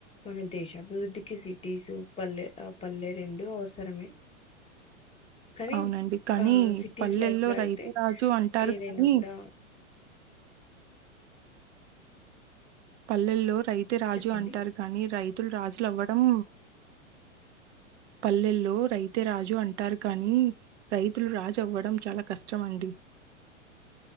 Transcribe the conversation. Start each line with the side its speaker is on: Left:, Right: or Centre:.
Left: మన దేశాభివృద్ధి <unintelligible> టిజు పల్లె ఆ పల్లె రెండు అవసరమే కానీ
Right: అవునండి కానీ
Left: ఆ సిటీస్
Right: పల్లెల్లో
Left: లైఫ్లో అయితే
Right: రైతు రాజు అంటారు
Left: ఏదైనా
Right: కానీ
Left: కూడా
Right: పల్లెలోర్ రైతే రాజు
Left: చెప్పండి
Right: అంటారు కానీ రై తూల్ రాజులు అవ్వడం. పల్లెల్లో రైతే రాజు అంటారు కానీ, రైతులు రాజు అవ్వడం చాలా కష్టం అండి.